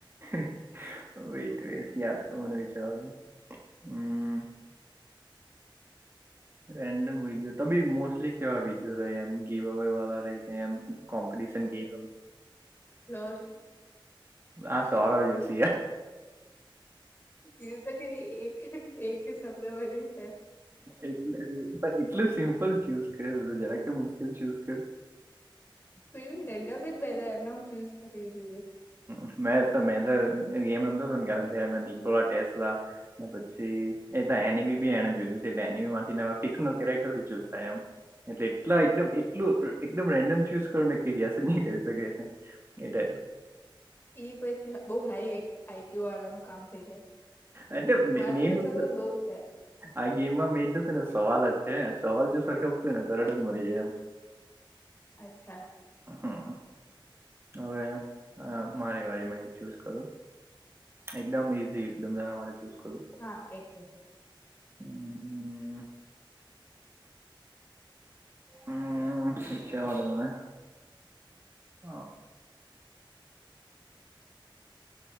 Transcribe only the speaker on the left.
લ્લોગ
એવું તો કરી એક એક શબદ બની છે
પ ર જ ભાઈ એમમ ચુઝીધું
ઈ પઈથી બઉ હાઈ આઈક્યુ વાળાનું કામ થઇ જાય.
મારો
થોડો લો છે
અચ્છા.
હા એટલે